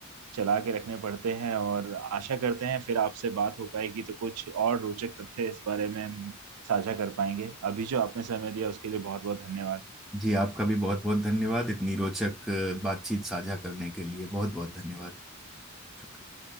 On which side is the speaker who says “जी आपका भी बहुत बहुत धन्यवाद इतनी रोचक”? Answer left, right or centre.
Centre